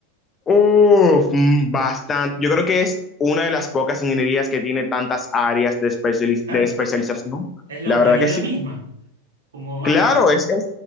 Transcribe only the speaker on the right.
Claro,
es la
humanidad
misma como
área.